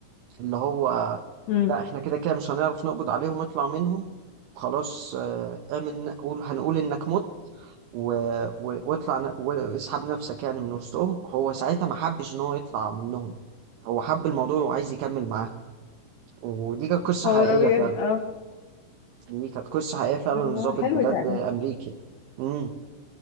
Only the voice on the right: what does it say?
اللي هو
لا إحنا كده كده مش هنعرف نقبض عليهم اطلع منهم خلاص آه، اعمل قول هنقول إنك مت و... و- واطلع ن- واسحب نفسك يعني من وسطهم هو ساعتها ما حبش إن هو يطلع منهم هو حب الموضوع وعايز يكمل معاه ودي كانت قصة
حقيقية
فعلا
دي كانت قصة حقيقية فعلا
لظابط
بجد
أمريكي
امم